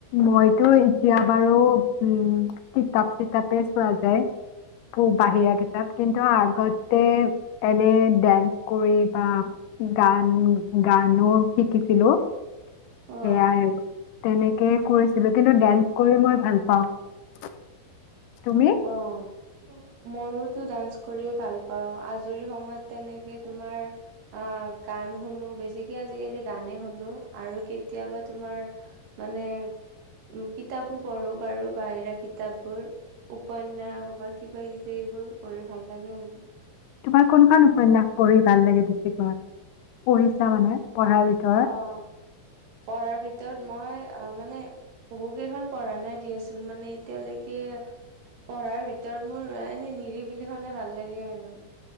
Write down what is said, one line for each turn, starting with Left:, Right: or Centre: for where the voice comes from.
Left: মইতো এতিয়া বাৰু উ'ম কিতাপ চিতাপে চোৱা যায় বাহিৰা
Right: উম।
Left: কিতাপ। কিন্তু আগতে এনে ডেন্স কৰি বা গান গানো শিকিছিলো,
Right: অ',
Left: সেয়াই। তেনেকেই কৰিছিলো কিন্তু ডেন্স কৰি মই ভাল পাওঁ। তুমি?
Right: অ'। ময়োতো ডান্স কৰিয়ে ভাল পাও, আজৰি সময়ত তেনেকে তোমাৰ অ' গান শুনো বেছিকে আজিকালি গানে শুনো আৰু কেতিয়াবা তোমাৰ মানে উ কিতাপো পঢ়ো বাৰু বাহিৰা কিতাপবোৰ। উপন্যাস বা কিবা কিবি এইবোৰ পঢ়ি ভাল লাগে আৰু।
Left: তোমাৰ কোনখন উপন্যাস পঢ়ি ভাল লাগে বেছিকৈ, পঢ়িছা মানে পঢ়াৰ ভিতৰত?
Right: অ' পঢ়াৰ ভিতৰত মই অ মানে বহু কেইখন পঢ়া নাই দিয়াচোন মানে এতিয়ালৈকে পঢ়াৰ ভিতৰত মোৰ এনে নিৰিবিলিখনে ভাল লাগে আৰু।